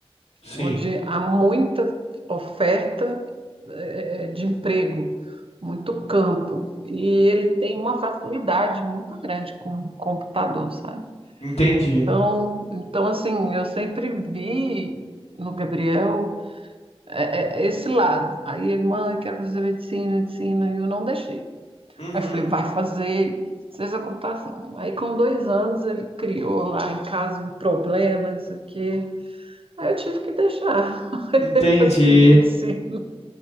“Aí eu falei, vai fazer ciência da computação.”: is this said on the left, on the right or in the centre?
Right